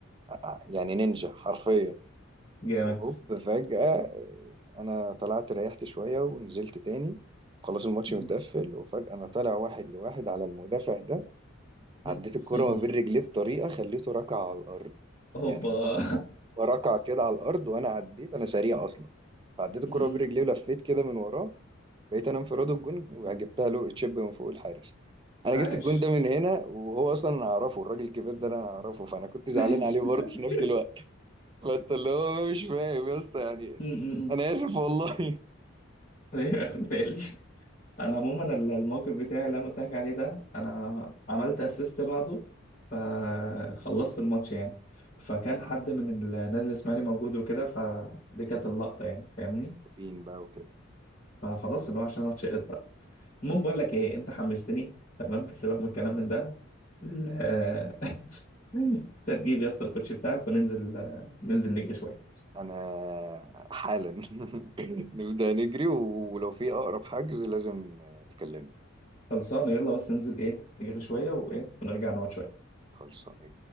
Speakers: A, on the right; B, on the left.
A: ع- يعني نينجا حرفيا
B: جامد
A: وهوب فجأة إيه، انا طلعت ريحت شوية ونزلت تاني خلاص الماتش
B: م.
A: متقفل وفجأة انا طالع واحد لواحد على المدافع ده
B: <laughs>
A: عديت الكرة ما بين رجليه بطريقة خليته ركع على الأرض
B: هوبا
A: يعني هو هو ركع كده على الأرض وأنا عديت أنا سريع أصلا فعديت
B: <laughs>
A: الكرة
B: م-
A: ما بين
B: م.
A: رجليه ولفيت كده من وراه بقيت أنا انفراد الجون وجبتها له تشيب من فوق الحارس أنا
B: عاش
A: جبت الجون ده من هنا وهو أصلا أنا أعرفه الراجل الكبير ده أنا أعرفه فأنا كنت زعلان
B: <laughs>
A: عليه برضه في نفس الوقت فأنت اللي هو مش فاهم يا اسطى يعني
B: م- م- م.
A: أنا آسف والله
B: ايوه اخد بالي انا عموما ال- الموقف بتاعي اللي انا قلت لك عليه ده انا عملت اسيست بعده فخلصت الماتش يعني فكان
A: <laughs>
B: حد من النادي الاسماعيلي موجود وكده فدي كانت اللقطه يعني فاهمني
A: فين بقى وكده
B: فخلاص اللي هو عشان اتشقط بقى المهم بقول لك ايه انت حمستني تمام سيبك من الكلام من ده ال- <laughs> انت تجيب يا اسطى الكوتشي بتاعك وننزل ننزل نجري شويه
A: انا حالا <laughs> نبدأ نجري ولو في اقرب حجز لازم تكلمني
B: خلصانه يلا بس ننزل ايه نجري شويه وايه ونرجع نقعد شويه
A: خلصانه